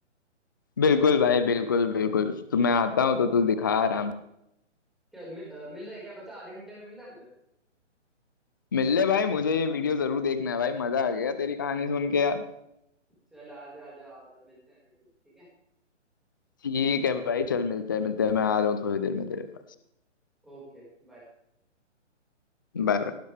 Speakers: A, on the left (about 20°); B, in the centre.
A: बिल्कुल भाई बिल्कुल बिल्कुल तो मैं आता हूँ तो तू दिखा आराम
B: क्या मि, अ, मिल रहा है क्या बता आधे घंटे में मिल रहा है मुझे
A: से। मिल ले भाई मुझे ये वीडियो जरूर देखना है भाई मजा आ गया तेरी कहानी सुन के यार
B: चल आजा आजा आजा मिलते हैं फिर ठीक है
A: ठीक है भाई चल मिलते हैं मिलते हैं मैं आ रहा हूँ थोड़ी देर में तेरे पास
B: ओके बाय
A: बाय